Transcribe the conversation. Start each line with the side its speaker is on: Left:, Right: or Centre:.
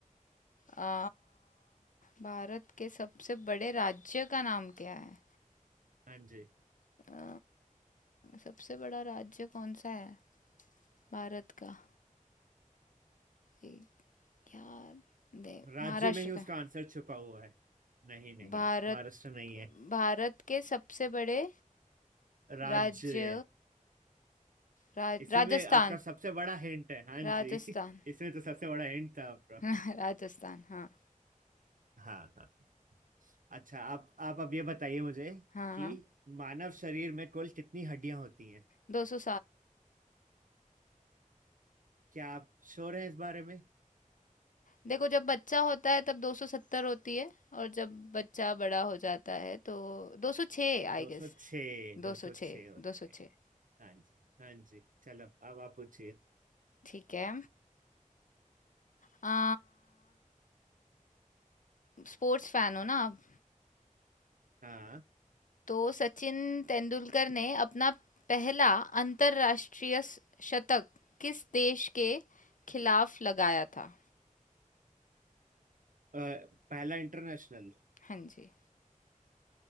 Left: आ, भारत के सबसे बड़े राज्य का नाम क्या है
Right: हाँ जी
Left: आ, सबसे बड़ा राज्य कौन सा है भारत का एक यार दे
Right: राज्य
Left: महाराष्ट्र
Right: में ही उसका
Left: था
Right: आंसर छुपा हुआ है नहीं नहीं
Left: भारत
Right: महाराष्ट्र नहीं है
Left: भारत के सबसे बड़े
Right: राज्य
Left: राज्य
Right: है
Left: राज,
Right: इसी
Left: राजस्थान
Right: में आपका सबसे बड़ा हिंट है हाँ
Left: राजस्थान
Right: जी <laughs> इसमें तो सबसे बड़ा हिंट था आपका
Left: <laughs> राजस्थान हाँ
Right: हाँ हाँ अच्छा आप आप अब ये बताइए मुझे
Left: हाँ
Right: कि
Left: हाँ
Right: मानव शरीर में कुल कितनी हड्डियां होती हैं
Left: दो सौ
Right: क्या आप श्योर हैं इस बारे में
Left: देखो जब बच्चा होता है तब 270 होती है और जब बच्चा बड़ा हो जाता है तो 206 आई
Right: 206
Left: गेस
Right: 206
Left: 206
Right: होती
Left: 206
Right: है हाँ जी हाँ जी चलो अब आप पूछिए
Left: ठीक है आ, स्पोर्ट्स फैन हो ना आप
Right: हाँ
Left: तो सचिन तेंदुलकर ने अपना पहला अंतरराष्ट्रीय स- शतक किस देश के खिलाफ लगाया था
Right: अ, पहला इंटरनेशनल
Left: हाँ जी